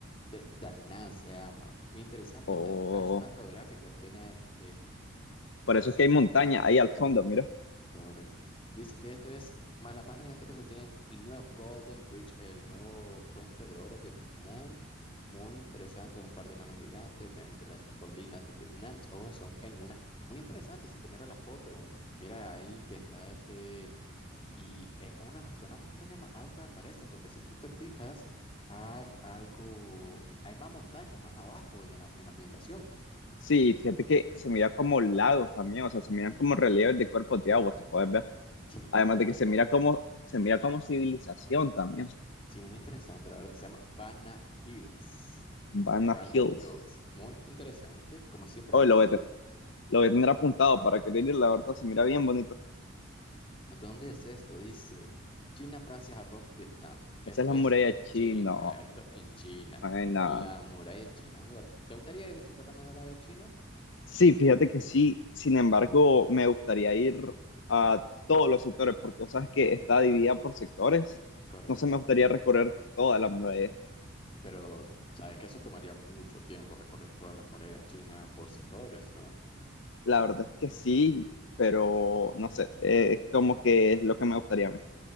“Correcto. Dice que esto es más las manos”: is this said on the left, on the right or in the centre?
Left